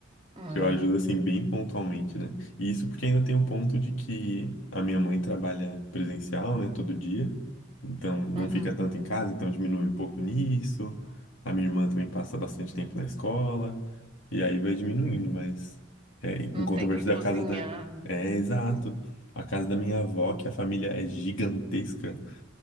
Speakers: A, on the right (about 25°); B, on the left (about 75°).
A: É,
B: Que eu ajudo,
A: né?
B: assim, bem pontualmente, né? E isso porque ainda tem o ponto de que a minha mãe trabalha presencial, né, todo dia. Então, não
A: Uhum.
B: fica tanto em casa, então diminui um pouco nisso. A minha irmã também passa bastante tempo na escola. E aí vai diminuindo, mas... É, em
A: Não
B: contrapartida,
A: tem que cozinhar.
B: a casa da...
A: né?
B: É, exato.
A: Hum.
B: A casa da minha avó, que a família é gigantesca.